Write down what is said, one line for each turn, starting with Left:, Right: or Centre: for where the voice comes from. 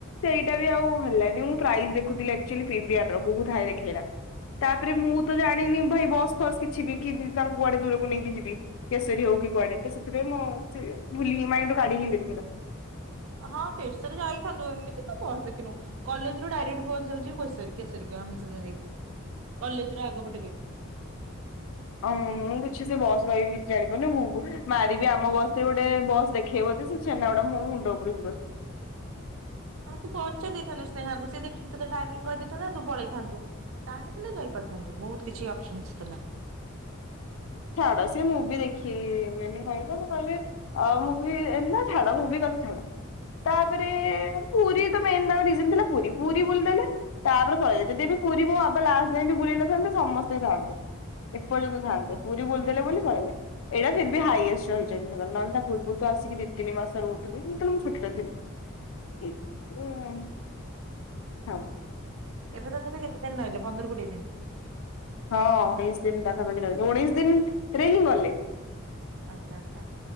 Left: ସେଇଟା ବି ଆଉ ହେଲାନି ମୁଁ ପ୍ରାଇଜ ଦେଖୁଥି ଆକଚୁଆଲି ପିବିଅର୍ ର ବହୁତ ହାଇ ଦେଖେଇଲା। ତାପରେ ମୁଁ ତ ଜାଣିନି ଭାଇ ବସ୍ ଫସ୍ କିଛିିବି କି ତାଙ୍କୁ କୁଆଡେ ଦୂରକୁ ନେଇକି ଯିବି। କେଶରୀ ହୋଉ କି କୁଆଡେ ତ ସେଥିପାଇଁ ମୁଁ ସିଏ ଭୁଲି ହିଁ ମାଇଣ୍ଡୁ କାଢି ହିଁ ଦେଲି। <unintelligible>
Right: ହଁ କେସରୀ ଯାଇଥାନ୍ତୁ ଏମିତି ତୁ ବସ ଦେଖିନୁ। କଲେଜରୁ ଡାଇରେକ୍ଟ ବସ୍ ଯାଉଚି ପେଶରି କେଶରୀକି ଆମେ ସେଦିନ ଯାଇଥିଲୁ କଲେଜର ଆଗ ପଟ ଗେ
Left: ଓଁ ମୁଁ କିଛି ସେ ବସ୍ ଭାଇ କିଛି ଜାଣିପାରୁନେଇ ମୁଁ ମାରିବି ଆମ ବସରେ ଗୋଟେ ବସ୍ ଦେଖେଇବ ଯେ ସିଏ ଛେନାଗୁଡ଼ା ମୋ ମୁଣ୍ଡ ଉପରୁ ଯିବ ସବୁ।
Right: ଆଉ ତୁ ପଚାରି ଦେଇଥାନ୍ତୁ ସ୍ନେହାକୁ ସେ ଦେଖିକି ତତେ ଟାଇମିଂ କହିଦେଇଥାନ୍ତା ତୁ ପଳେଇଥାନ୍ତୁ। ଚାହିଁଥିଲେ ଯାଇପାରିଥାନ୍ତୁ ବୋହୁତ କିଛି ଅପସନନସ୍ ଥିଲା।
Left: ଛାଡ ସିଏ ମୁଭି ଦେଖିବେନି କହିଲେ ମୁଁ କହିଲି ଅ ମୁଭି ଏ ନା ଛାଡ ମୁଭିି କଥା ଛାଡ। ତାପରେ ପୁରୀ ତ ମେନ୍ ତାଙ୍କ ରିଜିନ୍ ଥିଲା ପୁରୀ ପୁରୀ ବୁଲିଦେଲେ ତାପରେ ପଳେଇଲେ ଯଦି ବି ପୁରୀ ମୁଁ ଅଧା ଲାଷ୍ଟ ଯାଏ ବି ବୁଲେଇ ନଥାନ୍ତେ ସମସ୍ତେ ଥାନ୍ତେ। ଏପର୍ଯନ୍ତ ଥାଆନ୍ତେ ପୁରୀ ବୁଲଦେଲେ ବୋଲି ପଳେଇଲେ। ଏଇଟା ଫିରବି ହାଇଏଷ୍ଟ ରହିଚନ୍ତି ସେମାନେ ନହେଲେ ତା ପୂର୍ବରୁ ତ ଆସିକି ଦି ତିନି ମାସ ରହୁଥୁଲେ <unintelligible> ଯେତୋଳେ ମୁଁ ଛୋଟଟା ଥିଲି। ଉ ଉଁ ହଁ।
Right: ଏବେ ତଥାପି କେତେ ଦିନ ନାଇଲେ ପନ୍ଦର କୋଡିଏ ଦିନ?
Left: ହଁ ଉଣେଇଶ ଦିନ ପାଖାପାଖି ରହିଲେ ଉଣେଇଶ ଦିନ ରେ ହିଁ ଗଲେ।
Right: ଆଚ୍ଛା ଆଚ୍ଛା।